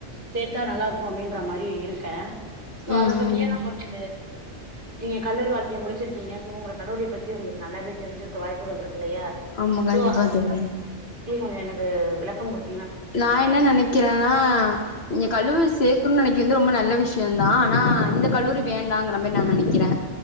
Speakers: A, on the right; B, on the left.
A: சேத்தா நல்லா இருக்கு அப்டின்ற மாரி இருக்கே சோ
B: ம்
A: அத பத்தியே
B: ம்
A: நா கொஞ்சு நீங்க கல்லூரி வாழ்க்கைய முடிச்சிருக்கீங்க சோ உங்க கல்லூரிய பத்தி ஒங்களுக்கு நல்லாவே தெரிஞ்சிருக்க வாய்ப்புகள் இருக்கு இல்லையா
B: ஆமா
A: சோ
B: கண்டிப்பா
A: அதுனால
B: தோழி
A: தி கொஞ்சோ எனக்கு விளக்கங் கொடு
B: நா என்ன நெனைக்கிறேன்னா நீங்க கல்லூரி சேக்கண்னு நெனைக்கு வந்து ரொம்ப நல்ல விஷயோ தா ஆனா இந்த கல்லூரி வேண்டாங்கிறமேரி நா நெனைக்கிறே